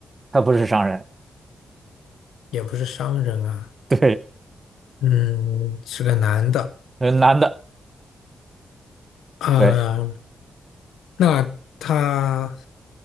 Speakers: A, on the right (about 35°); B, on the left (about 80°).
A: 他不是商人。
B: 也不是商人啊。
A: 对，
B: 嗯，是个男的。
A: 呃男的，
B: 啊、
A: 对
B: 那他。